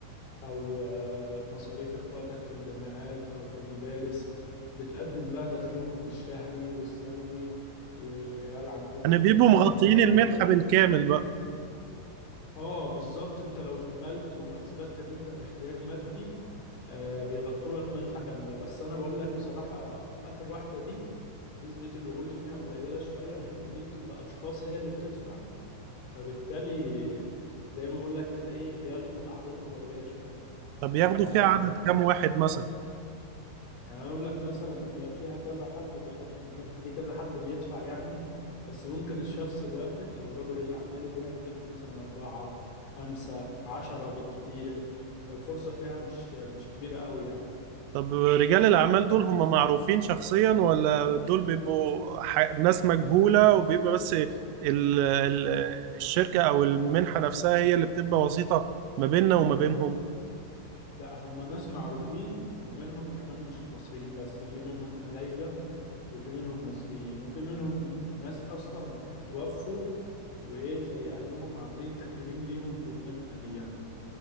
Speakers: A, on the left; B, on the right.
A: أو آه، مصاريف إخواتك في الجامعات أو في المدارس بتقدم بقى دخلكم الشهري والسنوي وهل عندكم
B: يعني بيبقوا
A: عقار
B: مغطيين
A: بالإيجار
B: المنحة بالكامل بقى
A: اه بالظبط انت لو اتقبلت واثبتت ان انت في احتياج مادي آه بيغطوا لك منحه كامله بس انا بقول لك بصراحه آه، اخر واحده دي نسبه القبول فيها قليله شويه لان دي بتبقى اشخاص هي اللي بتدفع فبالتالي زي ما بقول لك كده ايه بياخدوا اعداد قليله شويه
B: طب
A: فانت
B: ياخدوا فيها عدد كام واحد مثلا
A: يعني أنا أقول لك مثلا هي فيها كذا حد بيقدم المنحة دي كذا حد بيدفع يعني بس ممكن الشخص الواحد أو رجل الأعمال الواحد ياخد مثلا أربعة خمسة عشرة بالكتير فالفرصة فيها مش مش كبيرة قوي يعني
B: طب رجال الأعمال دول هم معروفين شخصيا ولا دول بيبقوا ح- ناس مجهولة وبيبقى بس ال ال الشركة أو المنحة نفسها هي اللي بتبقى وسيطة ما بيننا وما بينهم
A: لا هم ناس معروفين ومنهم كمان مش مصريين بس في منهم خلايجة وفي منهم مصريين وفي منهم ناس أصلا اتوفوا وإيه زي أهلهم عاملين تكريم ليهم بالمنحة دي يعني